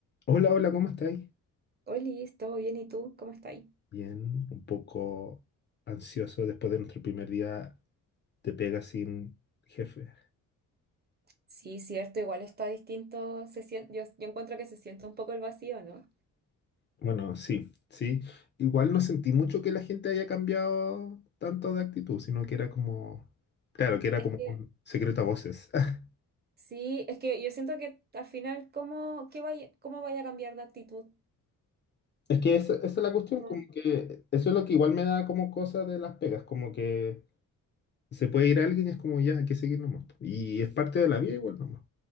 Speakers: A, on the left; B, on the right.
A: Hola, hola, ¿cómo estáis?
B: Oli, ¿todo bien? ¿Y tú? ¿Cómo estás?
A: Bien, un poco ansioso después de nuestro primer día de pega sin jefe.
B: Sí, cierto, igual está distinto, se sien- yo, yo encuentro que se siente un poco el vacío, ¿no?
A: Bueno, sí, sí. Igual no sentí mucho que la gente haya cambiado tanto de actitud, sino que era como, claro, que era
B: Es
A: como
B: que,
A: un secreto a voces. <laughs>
B: sí, es que yo siento que al final, ¿cómo, qué vaya, cómo vaya a cambiar de actitud?
A: Es que esa, esa es la cuestión,
B: No.
A: como que eso es lo que igual me da como cosa de las pegas, como que se puede ir alguien y es como ya, hay que seguir nomás. Y es parte de la vida igual nomás.